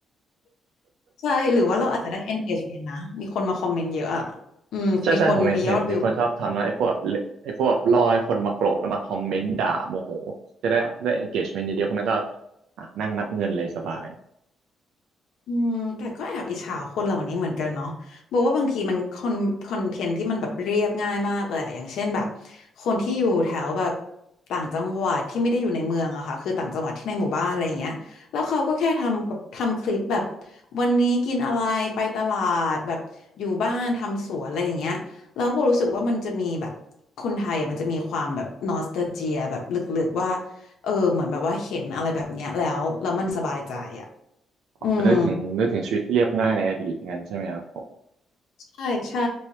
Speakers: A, on the left; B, on the right.
A: ใช่หรือว่าเราอาจจะได้ engagement นะมีคนมาคอมเมนต์เยอะอ่ะอืมมีคนมียอดวิว
B: ใช่ใช่ผมเห็นเห็นมีคนชอบทำนะไอ้พวกแบบเลไอ้พวกแบบรอให้คนมาโกรธแล้วมาคอมเมนต์ด่าโมโหจะได้ได้ engagement เยอะๆพวกนั้นก็อ่ะนั่งนับเงินเลยสบาย
A: อืมแต่ก็แอบอิจฉาคนเหล่านี้เหมือนกันเนาะบอกว่าบางทีมันคอนคอนเทนต์ที่มันแบบเรียบง่ายมากเลยอะอย่างเช่นแบบคนที่อยู่แถวแบบต่างจังหวัดที่ไม่ได้อยู่ในเมืองอะค่ะคือต่างจังหวัดที่ในหมู่บ้านอะไรอย่างเงี้ยแล้วเขาก็แค่ทำแบบทำคลิปแบบวันนี้กินอะไรไปตลาดแบบอยู่บ้านทำสวนอะไรอย่างเงี้ยแล้วโบรู้สึกว่ามันจะมีแบบคนไทยอะมันจะมีความแบบนอสตาเจียแบบลึกๆว่าเออเหมือนแบบว่าเห็นอะไรแบบเนี้ยแล้วแล้วมันสบายใจอะอืม
B: จะได้ถึงได้ถึงชีวิตที่เรียบง่ายในอดีตงั้นใช่ไหมครับผม
A: ใช่ใช่